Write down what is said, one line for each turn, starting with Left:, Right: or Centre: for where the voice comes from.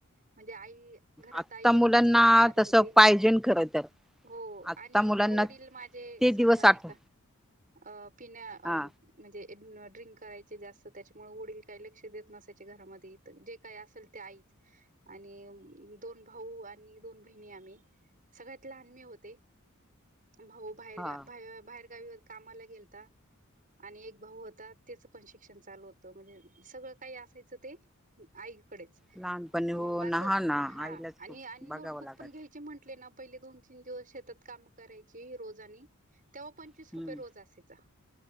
Right: म्हणजे आई घरात
Centre: आत्ता
Right: आई एकटीच
Centre: मुलांना
Right: कमवणारी होती
Centre: तस पाहिजे खरं तर
Right: हो
Centre: आत्ता
Right: आणि
Centre: मुलांना
Right: वडील
Centre: ते
Right: माझे समजाणे
Centre: दिवस आठव
Right: का अ पिण्या
Centre: हा
Right: म्हणजे ड्रिंक करायचे जास्त त्याच्यामुळे वडील काही लक्ष देत नसायचे घरामध्ये जे काय असेल ते आईच आणि दोन भाऊ दोन बहिणी आम्ही सगळ्यात लहान मी होते भाऊ बाहेरगा
Centre: हा
Right: बाहे बाहेरगावी कामाला गेलता आणि एक भाऊ होतात त्याचं पण शिक्षण चालू होतं म्हणजे सगळं काही असायचं ते आईकडेच
Centre: लहानपणी
Right: मग
Centre: हो
Right: असं
Centre: नहा ना
Right: हा
Centre: आईलाच
Right: आणि
Centre: खूप
Right: नोटबुक
Centre: बघावं लागत
Right: पण घ्यायचे म्हटले ना पहिले दोन तीन दिवस शेतात काम करायची रोजानी तेव्हा पंचवीस
Centre: हम्म
Right: रुपये रोज असायचा